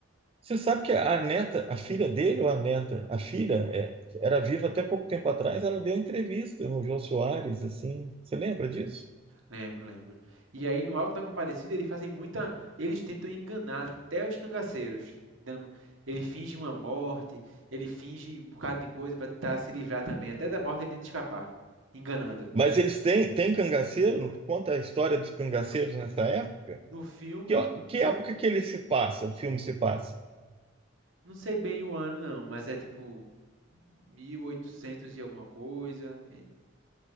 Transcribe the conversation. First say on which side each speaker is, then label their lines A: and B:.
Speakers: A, on the right; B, on the right.
A: Você sabe que a neta, a filha dele ou a neta, a filha é, era viva até pouco tempo atrás, ela deu entrevista no Jô Soares, assim. Você lembra disso?
B: Lembro, lembro. E aí no Alto da Compadecida eles fazem muita, eles tentam enganar até os cangaceiros, dando- ele finge uma morte, ele finge um bocado de coisa para tentar se livrar também, até da morte ele tenta escapar, enganando.
A: Mas eles têm, têm cangaceiro? Conta a história dos cangaceiros nessa época?
B: No filme,
A: Que, ó, que
B: não,
A: época que ele se passa, o filme se passa?
B: não sei bem o ano não, mas é tipo 1800 e alguma coisa. É,